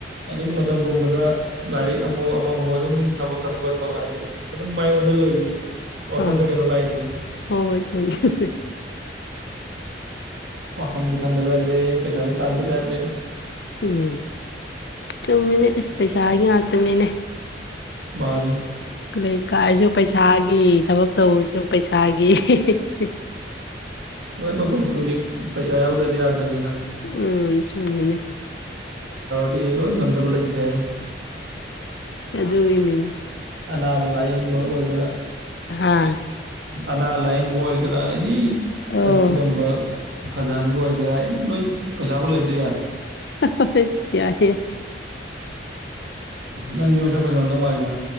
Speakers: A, on the right; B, on the left.
A: ꯑꯗꯨꯝ ꯃꯇꯝ ꯄꯨꯝꯕꯗ ꯂꯥꯏꯔꯤꯛ ꯑꯃꯨ ꯑꯃꯃꯨꯛ ꯑꯗꯨꯝ ꯊꯕꯛꯇ ꯐꯣꯀꯁ ꯇꯧ ꯍꯥꯏꯗꯤ ꯑꯗꯨꯝ ꯃꯉꯣꯟꯗ ꯂꯩ ꯋꯥꯈꯟꯗ
B: ꯑꯥ
A: ꯀꯩꯅꯣ ꯂꯥꯛꯏꯗꯅ
B: ꯍꯣꯏ ꯆꯃꯦ ꯆꯃꯦ
A: ꯋꯥꯟ ꯖꯈꯟꯗꯕꯗ ꯄꯩꯁꯥꯁꯨ ꯇꯥꯟꯗ ꯄꯦꯔꯗꯦ
B: ꯎꯝ ꯆꯨꯝꯃꯤꯅꯦ ꯑꯁ ꯄꯩꯁꯥꯒꯤ ꯉꯥꯛꯇꯅꯤꯅꯦ
A: ꯃꯥꯅꯦ
B: ꯀꯣꯂꯦꯖ ꯀꯥꯔꯁꯨ ꯄꯩꯁꯥꯒꯤ ꯊꯕꯛ ꯇꯧꯁꯨ ꯄꯩꯁꯥꯒꯤ <inaudible>
A: ꯂꯣꯏꯃꯛ ꯍꯧꯖꯤꯛ ꯄꯩꯁꯥ ꯌꯥꯎꯗꯗꯤ ꯌꯥꯗ꯭ꯔꯦꯗꯅ
B: ꯎꯝ ꯆꯣꯡꯃꯤꯅꯦ
A: ꯗꯤ ꯂꯣꯏ ꯉꯝꯗꯕ ꯂꯩꯇ꯭ꯔꯦ
B: ꯑꯗ ꯏꯅꯤꯅꯦ
A: ꯑꯅꯥꯕ ꯂꯥꯏꯌꯦꯡꯕ ꯑꯣꯏꯒꯦꯔꯥ
B: ꯍꯥ
A: ꯑꯅꯥ ꯂꯥꯏꯌꯦꯡꯕ ꯑꯣꯏꯒꯦꯔꯥ ꯑꯦꯅꯤ
B: ꯑꯣ
A: ꯁꯛ ꯊꯤꯔꯝꯕ ꯐꯖꯍꯟꯕ ꯑꯣꯏꯒꯥ ꯏꯅꯦ ꯂꯣꯏ ꯄꯩꯁꯥꯣ ꯂꯩꯗꯦꯔ
B: ꯌꯥꯏꯏꯦ ꯌꯥꯏ
A: ꯅꯪꯗꯤ ꯃꯩꯁꯥ ꯐꯩꯖꯥꯔꯗꯧ ꯃꯥꯜꯂꯤꯗ